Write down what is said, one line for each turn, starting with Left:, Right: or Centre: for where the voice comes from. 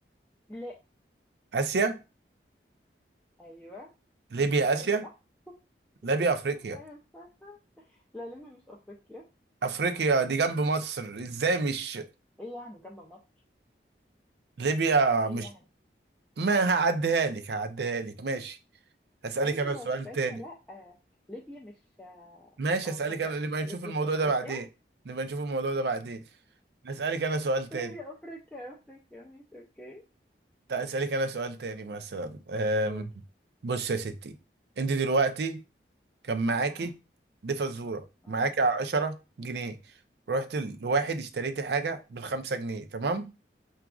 Centre: لا
Right: اسيا
Centre: ايوه
Right: ليبيا
Centre: متهيألي
Right: اسيا
Centre: صح
Right: ليبيا افريقيا
Centre: <laughs> ايوه صح لا ليبيا مش افريقيا
Right: افريقيا دي جنب مصر ازاي مش
Centre: ايه يعني جنب مصر
Right: ليبيا
Centre: ايه
Right: مش
Centre: يعني
Right: ما هعديها لك هعديها لك ماشي هسألك
Centre: ايوه
Right: انا سؤال
Centre: استنى
Right: تاني
Centre: لا ليبيا مش اه
Right: ماشي
Centre: آه،
Right: اسالك
Centre: صدق
Right: انا نبقى
Centre: في- ليبيا
Right: نشوف الموضوع
Centre: في افريقيا
Right: ده بعدين نبقى نشوف الموضوع ده بعدين اسالك انا سؤال تاني
Centre: ليبيا افريقيا افريقيا ماشي اوكي
Right: طيب اسالك انا سؤال تاني مثلا أم،
Centre: قول
Right: بص يا ستي انت دلوقتي كان معاكي
Centre: اه
Right: دي فزوره
Centre: اه
Right: معاكي 10 جنيه رحت لواحد اشتريتي حاجه بالخمسة جنيه تمام